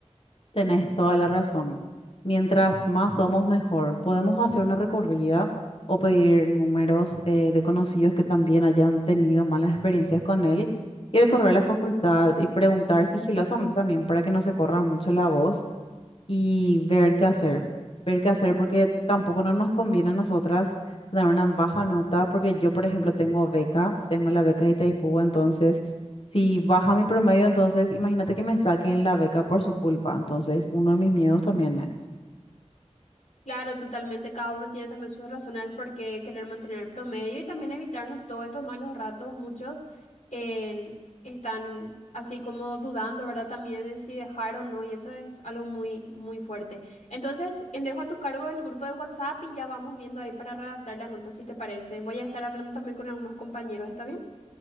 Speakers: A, on the left (about 50°); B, on the left (about 75°).
A: Tenés toda la razón. Mientras más somos, mejor. Podemos hacer una recorrida o pedir números eh, de conocidos que también hayan tenido malas experiencias con él y recorrer la facultad y preguntar sigilosamente también para que no se corra mucho la voz y ver qué hacer. Ver qué hacer porque tampoco no nos conviene a nosotras dar una baja nota porque yo, por ejemplo, tengo beca, tengo la beca de Itaipú, entonces si baja mi promedio, entonces imagínate que me saquen la beca por su culpa. Entonces, uno de mis miedos también es.
B: Claro, totalmente. Cada uno tiene también sus razones por qué querer mantener el promedio y también evitarnos todos estos malos ratos. Muchos en- están así como dudando, ¿verdad? También de si dejar o no y eso es algo muy, muy fuerte. Entonces, en- dejo a tu cargo el grupo de WhatsApp y ya vamos viendo ahí para redactar la nota, si te parece. Voy a estar hablando también con algunos compañeros, ¿está bien?